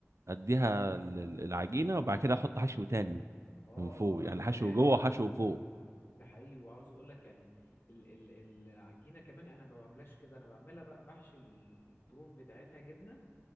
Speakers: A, on the right (about 65°); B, on the left (about 45°).
A: اديها ال- ال- العجينه وبعد كده احط حشو تاني
B: اه
A: من فوق
B: اه
A: يعني
B: روقان
A: حشو جوه وحشو فوق
B: ده حقيقي وعاوز اقول لك يعني ال ال العجينه كمان انا ما بعملهاش كده انا بعملها بقى بحشي ال- الطروف بتاعتها جبنه